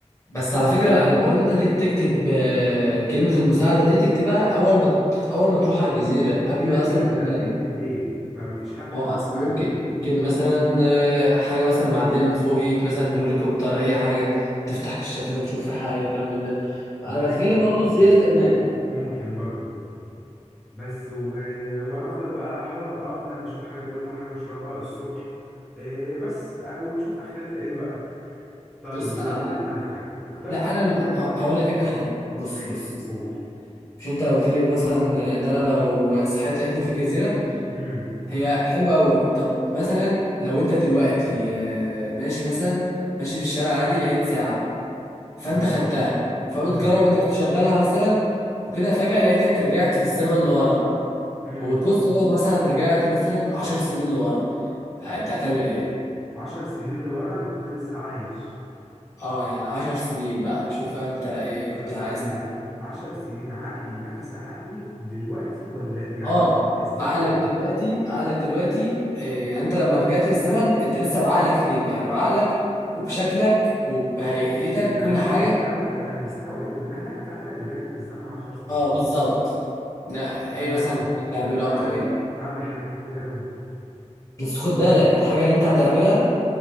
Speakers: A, on the left; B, in the centre.
A: بس على فكرة أنا بقول إن أنت تك- تكتب آه، كلمة المساعدة دي تكتبها أول ما تط- أول ما تروح على الجزيرة قبل
B: كده
A: ما
B: كده
A: أصلا
B: انت
A: تنام
B: بقيت بالليل فمفيش حد
A: هو
B: هيشوف
A: أصل
B: حاجه
A: ممكن ممكن مثلا آه، حاجة مثلا معدية من فوقك مثلا هليكوبتر أي حاجة تفتح كشاف مثلا تشوف في حاجة كلام من ده أنا
B: ماشي
A: بتكلم برضو
B: ممكن
A: زيارة أمان
B: ممكن برضو بس و... وهفضل بقى احاول اتاقلم اشوف حاجه كلها حاجه اشربها الصبح إيه بس آه، ونشوف اخرتها ايه بقى طيب
A: فبص أنا
B: هقول لك على حاجة اقترح
A: لا
B: انت
A: انا اللي
B: عليا
A: ه-
B: حاجة
A: هقول لك انا حاجه بص
B: ماشي
A: بص
B: قول
A: مش انت قلت لي مثلا ان انا لو صحيت لقيتني في جزيره
B: امم
A: هي حلوه قوي طب مثلا لو انت دلوقتي آه، ماشي مثلا ماشي في الشارع عادي لقيت ساعه فانت
B: تمام
A: خدتها فبتجرب
B: امم
A: انك تشغلها مثلا وكده فجاه لقيتك رجعت في الزمن لورا
B: امم
A: وبتبص لك مثلا رجعت مثلا عشر سنين لورا آه، انت هتعمل ايه
B: عشر سنين لورا انا كنت لسه عايش
A: اه يعني عشر سنين بقى شوف بقى انت ايه
B: طب
A: كنت
B: استنى
A: عايز
B: عشر سنين عقلي نفس عقلي دلوقتي ولا يعني
A: اه
B: الزمن
A: عقلك دلوقتي عقلك دلوقتي آه، يعني انت لما رجعت بالزمن انت لسه بعقلك يعني بعقلك وبشكلك وبهيئتك
B: يعني
A: كل حاجه
B: انا مستوعب انا مستوعب ان انا فعلا رجعت بالزمن عشر سنين
A: اه بالظبط نا-
B: آه
A: ايه مثلا تعمله
B: ده انا
A: او
B: هعمل
A: تغيره
B: هعمل حاجات كتيرة قوي
A: بس خد بالك الحاجه اللي انت هتعملها